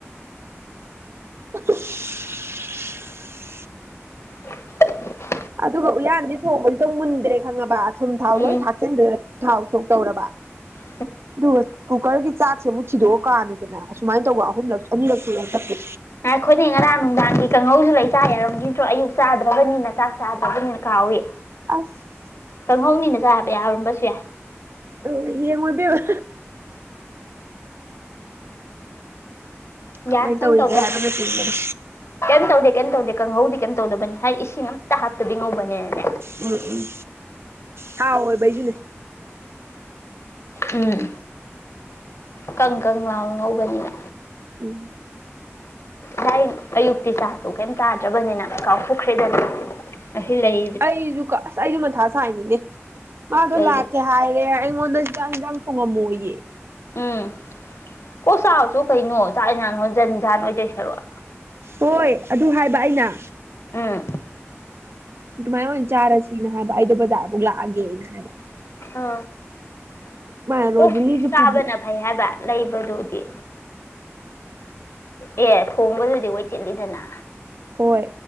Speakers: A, on the right; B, on the left.
A: <unintelligible>
B: <inaudible>
A: ꯑꯗꯨꯒ ꯎꯌꯥꯟꯗꯤ ꯊꯣꯡꯕꯖꯤꯗ ꯃꯨꯟꯗ꯭ꯔꯦ ꯈꯪꯉꯕ ꯑꯊꯨꯝ ꯊꯥꯎ
B: ꯎꯝ
A: ꯂꯣꯏ ꯊꯥꯛꯆꯤꯟꯗꯅ ꯊꯥꯎ ꯊꯣꯛ ꯇꯧꯔꯕ
B: <inaudible>
A: ꯑꯗꯨꯒ ꯀꯨꯀ꯭ꯔꯒꯤ ꯆꯥꯛꯁꯦ ꯑꯃꯨꯛ ꯊꯤꯗꯣꯛꯑ ꯀꯥꯝꯃꯤꯗꯅ ꯑꯁꯨꯃꯥꯏꯅ ꯇꯧꯕ ꯑꯍꯨꯝꯂꯛ ꯑꯅꯤꯔꯛꯁꯨꯔꯦ ꯍꯟꯗꯛꯀꯤ
B: ꯉꯥꯏ ꯈꯣꯅꯦ ꯉꯔꯥꯡ ꯅꯨꯡꯗꯥꯡꯒꯤ ꯀꯥꯡꯍꯧꯁꯨ ꯂꯩ ꯆꯥ ꯌꯥꯔꯝꯒꯤꯗ꯭ꯔꯣ ꯑꯌꯨꯛ ꯆꯥꯗ꯭ꯔꯕꯅꯤꯅ ꯆꯥꯛ ꯆꯥꯗ꯭ꯔꯕꯅꯤꯅ ꯀꯥꯎꯑꯦ
A: ꯑꯁ
B: ꯆꯪꯍꯧꯅꯤꯅ ꯆꯥꯕ ꯌꯥꯎꯔꯝꯕꯁꯨ ꯌꯥꯏ
A: ꯑ ꯌꯦꯡꯔꫭ ꯏꯕꯦꯝꯃ ꯀꯃꯥꯏꯅ
B: ꯌꯥ ꯀꯦꯝ
A: ꯇꯧꯔꯤꯒꯦ
B: ꯇꯧꯗꯦ
A: ꯍꯥꯏꯕꯅꯆꯤꯡꯕꯗꯣ
B: ꯀꯩꯝ ꯇꯧꯗꯦ ꯀꯩꯝ ꯇꯧꯗꯦ ꯀꯥꯡꯍꯧꯗꯤ ꯀꯔꯤꯝ ꯇꯧꯗꯕꯅꯤ ꯍꯥꯏꯗꯤ ꯏꯁꯤꯡ ꯑꯃꯇ ꯍꯥꯞꯇꯕꯤ ꯉꯧꯕꯅꯦꯅꯦ
A: ꯎꯝ ꯎꯝ ꯍꯥꯎꯋꯦꯕ ꯑꯩꯖꯨꯅꯨ
B: ꯎꯝ ꯀꯪ ꯀꯪ ꯂꯥꯎ ꯉꯧꯕꯅꯤꯅ
A: ꯎꯝ
B: ꯁꯥꯏ ꯑꯌꯨꯛꯇꯤ ꯆꯥꯛꯇꯣ ꯀꯩꯝ ꯇꯥꯗ꯭ꯔꯕꯅꯤꯅ ꯀꯥꯎꯊꫭꯛꯈ꯭ꯔꯦꯗꯅ ꯑꯁꯤ ꯂꯩ
A: ꯑꯩꯁꯨ ꯑꯁ ꯑꯩꯁꯨ ꯃꯊꯥ ꯁꯥꯏꯅꯤꯅꯦ ꯃꯥꯗꯣ
B: ꯀꯩꯒꯤ
A: ꯂꯥꯛꯀꯦ ꯍꯥꯏꯔꯦ ꯑꯩꯉꯣꯟꯗ ꯆꯥꯡ ꯌꯦꯟꯁꯥꯡ ꯊꯣꯡꯉꯝꯃꯣꯌꯦ
B: ꯎꯝ ꯀꯣꯛ ꯆꯥꯎꯁꫭ ꯀꯩꯅꯣ ꯆꯥꯛꯅꯣꯟꯖꯥꯡꯗꫭ ꯖꯟꯖꯥꯟ ꯑꫭꯏꯗꯧ ꯁꯔꯨꯛ
A: ꯍꯣꯏ ꯑꯗꯨ ꯍꯥꯏꯕ ꯑꯩꯅ
B: ꯎꯝ
A: ꯑꯗꯨꯃꯥꯏꯅ ꯑꯣꯏꯅ ꯆꯥꯔꯁꯤꯅ ꯍꯥꯏꯕ ꯑꯩꯗ ꯕꯖꯥꯔꯐꯧ ꯂꯥꯛꯑꯒꯦ ꯑꯩꯅ ꯍꯥꯏꯕ
B: ꯑ
A: ꯃꯥꯅ ꯔꯣꯖꯤꯂꯤꯁꯨ
B: ꯀꯣꯛ ꯆꯥꯕꯅ
A: ꯄꯨꯕꯤ
B: ꯐꯩ ꯍꯥꯏꯕ ꯂꯩꯕꯗꯨꯗꯤ ꯑꯦ ꯊꯣꯡꯕꯗꯨꯗꯤ ꯋꯥꯏ ꯆꯤꯜꯂꯤꯗꯅ
A: ꯍꯣꯏ